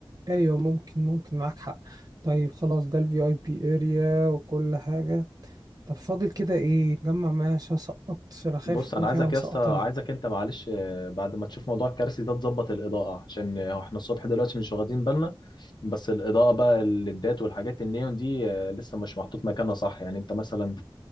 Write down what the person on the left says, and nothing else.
بص
أنا
عايزك
يا اسطى عايزك أنت معلش آه، بعد ما تشوف موضوع الكرسي ده تظبط الإضاءة عشان آه، إحنا الصبح دلوقتي مش واخدين بالنا بس الإضاءة بقى الليدات والحاجات النيون دي آه، لسه مش محطوط مكانها صح يعني أنت مثلا